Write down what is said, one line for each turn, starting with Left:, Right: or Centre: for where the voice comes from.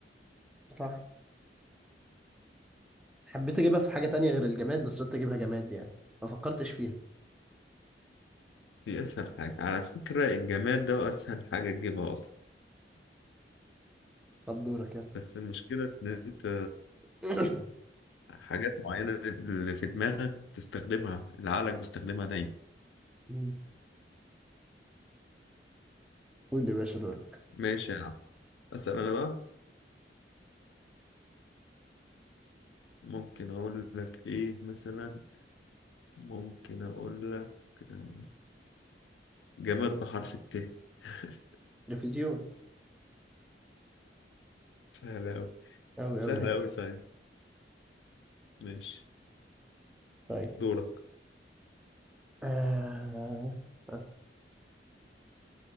Centre: صح حبيت اجيبها في حاجه تانية غير الجماد بس قلت اجيبها جماد يعني ما فكرتش فيها
Left: دي أسهل حاجة على فكرة الجماد ده أسهل حاجة تجيبها أصلا
Centre: طب دورك يلا
Left: بس المشكلة إن أنت
Centre: <laughs>
Left: حاجات معينة اللي في دماغك تستخدمها اللي عقلك بيستخدمها دايما
Centre: <coughs> مم. قول يا باشا دورك
Left: ماشي يا عم أسأل أنا بقى ممكن أقول لك إيه مثلا ممكن أقول لك آه، جماد بحرف الت <laughs>
Centre: تلفزيون
Left: سهلة أوي
Centre: أوي
Left: سهلة
Centre: أوي يعني
Left: أوي سهلة ماشي
Centre: طيب
Left: دورك
Centre: آه... آه.